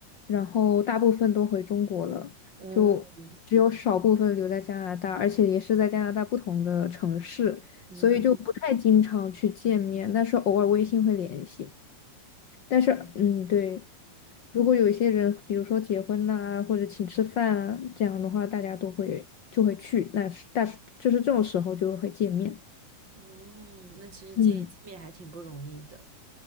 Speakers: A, on the left; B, on the right.
A: 然后大部分都回中国了，
B: 嗯
A: 就只有少部分留在加拿大，而且也是在加拿大不同的城市，
B: 嗯，
A: 所以就不太经常去见面，但是偶尔微信会联系。但是，嗯，对。如果有一些人，比如说结婚呐、或者请吃饭啊，这样的话，大家都会就会去，那是但是就是这种时候就会见面，
B: 嗯，那其实见一次面还挺不容易的。
A: 嗯，